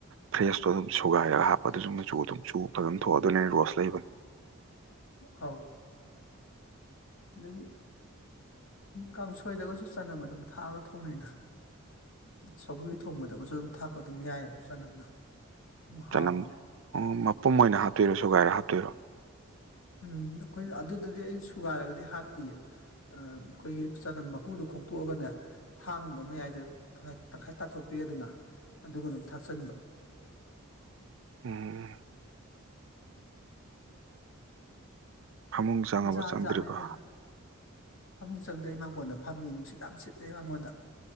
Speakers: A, on the right (about 60°); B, on the left (about 75°).
A: ꯐ꯭ꯔꯦꯁꯇꯣ ꯑꯗꯨꯝ ꯁꯨꯒꯥꯏꯔꯒ ꯍꯥꯞꯄ ꯑꯗꯨꯁꯨ ꯃꯆꯨ ꯑꯗꯨꯝ ꯆꯨ ꯐꯖꯅ ꯊꯣꯛꯑ ꯑꯗꯨꯅ ꯔꯣꯁ ꯂꯩꯕꯅꯤ
B: ꯑꯥꯎ ꯑꯗꯒꯤ ꯀꯥꯡꯁꯣꯏꯗꯒꯁꯨ ꯆꯅꯝ ꯑꯗꯨꯝ ꯊꯥꯛꯑꯒ ꯊꯣꯡꯅꯩꯗ ꯁꯒꯔꯤ ꯊꯣꯡꯕꯗꯒꯁꯨ ꯑꯗꯨꯝ ꯊꯥꯛꯄ ꯑꯗꯨꯝ ꯌꯥꯏꯑꯕ ꯆꯅꯝꯗꯣ ꯑꯗꯨꯝ ꯍꯥꯎꯕꯅꯦ
A: ꯅꯝ ꯎ ꯃꯄꯨꯝ ꯑꯣꯏꯅ ꯍꯥꯏ ꯇꯦꯔꯁꯤ ꯊꯨꯒꯥꯏꯔ ꯍꯥꯞꯇꯣꯏꯔꯣ
B: ꯎꯝ ꯑꯩꯈꯣꯏꯅ ꯑꯗꯨꯗꯗꯤ ꯑꯩ ꯁꯨꯒꯥꯏꯔꯒꯗꯤ ꯍꯥꯞꯇꯤꯌꯦ ꯑꯩꯈꯣꯏꯒꯤ ꯆꯅꯝ ꯃꯀꯨꯗꯣ ꯈꯣꯛꯇꯣꯛꯑꯒꯅꯦ ꯊꯥꯡꯗꯨꯗꯣ ꯃꯌꯥꯏꯗ ꯇꯪꯈꯥꯏ ꯇꯥꯊꯣꯛꯄꯤꯔꯦꯗꯅ ꯑꯗꯨꯒ ꯑꯗꯨꯝ ꯊꯥꯛꯆꯟꯕ
A: ꯎꯝ ꯐꯃꯨꯡ ꯆꯪꯉꯕ
B: ꯖꯥꯠ
A: ꯆꯪꯗ꯭ꯔꯤꯕ
B: ꯖꯥꯠꯅꯤꯗ ꯐꯃꯨꯡ ꯆꯪꯗ ꯑꯩ ꯃꯉꯣꯟꯗ ꯐꯝꯃꯤ ꯅꯨꯡꯁꯤꯠ ꯌꯥꯝ ꯁꯤꯠꯂꯦ ꯃꯉꯣꯟꯗ